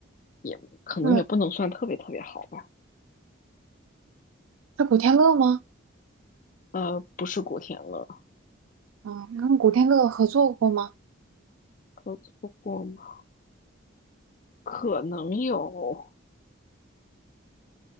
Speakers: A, on the left; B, on the right.
A: 也可能也不能算特别特别好吧。
B: 嗯，是古天乐吗？
A: 呃，不是古天乐，
B: 嗯，跟古天乐合作过吗？
A: 合作过吗？可能有，